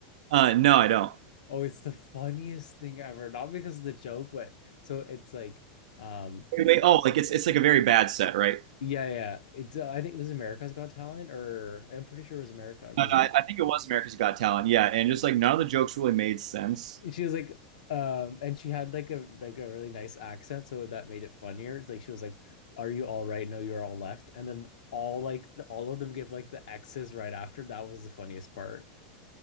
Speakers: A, on the right; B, on the left.
A: uh, no, I don't.
B: Oh, it's the funniest thing ever. Not because of the joke, but so it's like, um,
A: Wait, wait, oh, like it's it's like a very bad set, right?
B: yeah, yeah. It's uh, I think it was America's Got Talent, or I'm pretty sure it was America because
A: No, no, I, I think it was America's Got Talent. Yeah, and just like none of the jokes really made sense.
B: she was like um and she had like a like a really nice accent so that made it funnier like she was like are you all right no you're all left and then all like the, all of them give like the X's right after that was the funniest part